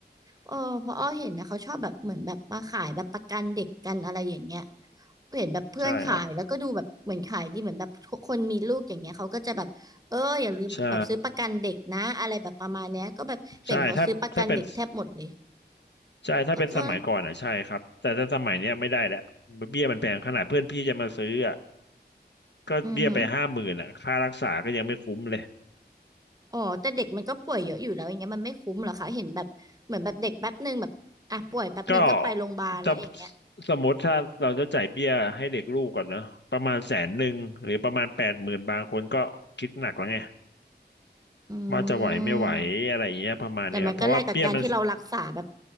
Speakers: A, on the right; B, on the left.
A: เออเพราะอ้อเห็นนะเขาชอบแบบเหมือนแบบมาขายแบบประกันเด็กกันอะไรอย่างเงี้ยเห็นแบบเพื่อนขายแล้วก็ดูแบบเหมือนขายดีเหมือนแบบคนมีลูกอย่างเงี้ยเขาก็จะแบบเอออย่าลืมแบบซื้อประกันเด็กนะอะไรแบบประมาณเนี้ยก็แบบเห็นเขาซื้อประกันเด็กแทบหมดเลย
B: ใช่ครับ ใช่ใช่ถ้าถ้าเป็นใช่ถ้าเป็นสมัยก่อนอ่ะใช่ครับแต่ถ้าสมัยเนี้ยไม่ได้แล้ว
A: เออก็
B: เบี้ยมันแพงขนาดเพื่อนพี่จะมาซื้ออ่ะก็เบี้ยไปห้าหมื่นอ่ะค่ารักษาก็ยังไม่คุ้มเลย
A: อือฮึ อ๋อแต่เด็กมันก็ป่วยเยอะอยู่แล้วอย่างเงี้ยมันไม่คุ้มเหรอคะเห็นแบบเหมือนแบบเด็กแป๊บหนึ่งแบบอ่ะป่วยแป๊บหนึ่งก็ไปโรงพยาบาลแล้วอย่างเงี้ย
B: ก็ถ้าสมมติถ้าเราจะจ่ายเบี้ยให้เด็กลูกก่อนเนอะประมาณแสนหนึ่งหรือประมาณแปดหมื่นบางคนก็คิดหนักแล้วไง
A: อืม
B: ว่าจะไหวไม่ไหวอะไรอย่างเงี้ยประมาณนี้ครับเพราะว่าเบี้ยมัน
A: แต่มันก็แลกกับการที่เรารักษาแบบ